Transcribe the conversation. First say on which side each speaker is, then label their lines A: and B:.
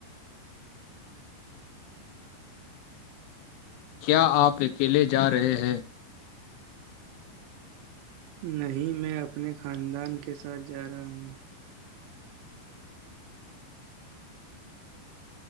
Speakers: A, on the left (about 85°); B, on the right (about 90°).
A: کیا آپ اکیلے جا رہے ہیں
B: نہیں میں اپنے خاندان کے ساتھ جا رہا ہوں